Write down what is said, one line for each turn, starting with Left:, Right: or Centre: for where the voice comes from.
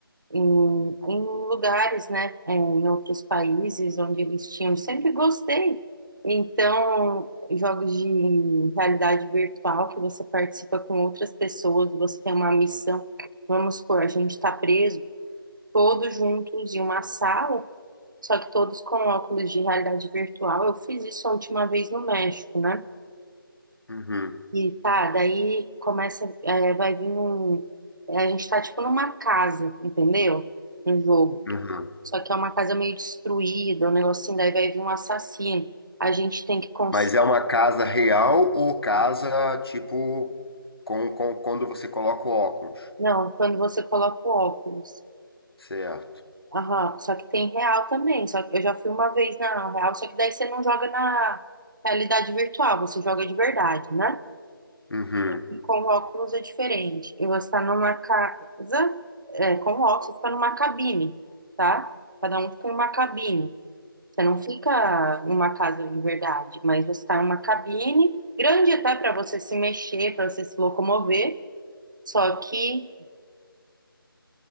Right: em, em lugares, né, eh, em outros países onde eles tinham. Sempre gostei. Então, jogos de realidade virtual que você participa com outras pessoas, você tem uma missão. Vamos supor, a gente está preso todos juntos em uma sala, só que todos com óculos de realidade virtual. Eu fiz isso a última vez no México, né?
Left: uhum,
Right: E tá, daí começa, eh, vai vir um. A gente tá tipo numa casa, entendeu? No jogo.
Left: uhum.
Right: Só que é uma casa meio destruída, um negocinho, daí vai vir um assassino. A gente tem que conseguir.
Left: Mas é uma casa real ou casa, tipo, com, com, quando você coloca o óculos?
Right: Não, quando você coloca o óculos.
Left: Certo.
Right: Aham, só que tem real também. Só que eu já fui uma vez na real, só que daí você não joga na realidade virtual, você joga de verdade, né?
Left: Uhum,
Right: E com óculos é diferente. E você está numa casa, é, com óculos, você fica numa cabine, tá? Cada um fica em uma cabine. Você não fica em uma casa de verdade, mas você está em uma cabine grande até para você se mexer, para você se locomover, só que